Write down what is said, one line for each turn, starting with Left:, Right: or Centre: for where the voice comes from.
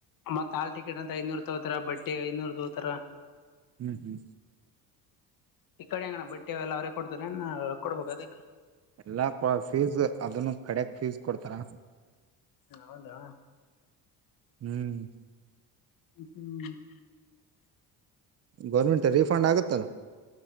Left: ಮತ್ತ ಹಾಲ್ ಟಿಕೆಟ್ ಅಂತ ಐದ್ನೂರ. ತೋತರ ಬಟ್ಟಿಗ ಐದ್ನೂರ ತೋತರ.
Right: ಹ್ಮ್ ಹ್ಮ
Left: ಈ ಕಡೆ ಹೆಂಗಣ ಬಟ್ಟಿಗಳೆಲ್ಲ ಎಲ್ಲಾ ಅವ್ರೆ - ಕೊಡ್ತರೆನ ರೊಕ್ಕುಡ್ಬೇಕ ಅದಕ್.
Right: ಎಲ್ಲಾಪ ಫೀಸ್ ಅದನ್ನು. ಕಡಕ್ ಫೀಸ್ ಕೊಡ್ತಾರ
Left: ಹೌದಾ
Right: ಹ್ಮ್
Left: ಹ್ಮ್ <inaudible>
Right: ಗೌರ್ಮೆಂಟ್ ರೀಫಂಡ್ ಆಗತ್ತಲ್ಲ